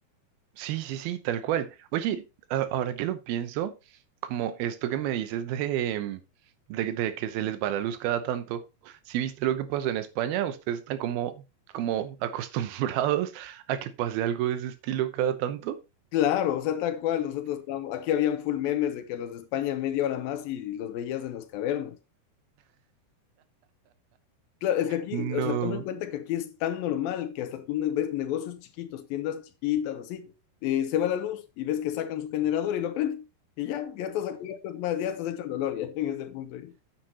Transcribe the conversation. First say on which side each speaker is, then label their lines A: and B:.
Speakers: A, on the right; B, on the left.
A: Sí, sí, sí, tal cual. Oye, a- ahora que lo pienso, como esto que me dices de, mm, de, de que se les va la luz cada tanto, si viste lo que pasó en España? ¿Ustedes están como, como <laughs> acostumbrados a que pase algo de ese estilo cada tanto?
B: Claro, o sea, tal cual, nosotros estábamos, aquí habían full memes de que los de España media hora más y los veías en las cavernas. Claro, es que aquí,
A: No.
B: o sea, toma en cuenta que aquí es tan normal que hasta tú ne- ves negocios chiquitos, tiendas chiquitas, así, eh, se va la luz y ves que sacan su generador y lo prenden. Y ya, ya estás, a cubiertas, más, ya estás hecho el dolor ya <laughs> en ese punto. ahí.